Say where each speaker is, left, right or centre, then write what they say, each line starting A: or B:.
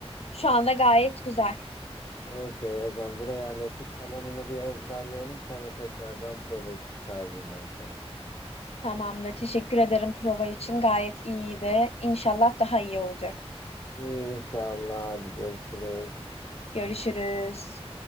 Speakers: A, on the left (about 70°); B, on the left (about 35°).
A: şu anda gayet güzel.
B: Okey, o zaman burayı hallettik. Kalanını bir ezberleyelim. Sonra tekrardan prova için çağırırım ben seni.
A: Tamamdır. Teşekkür ederim prova için. Gayet iyiydi. İnşallah daha iyi olacak.
B: İnşallah. Hadi görüşürüz.
A: Görüşürüz.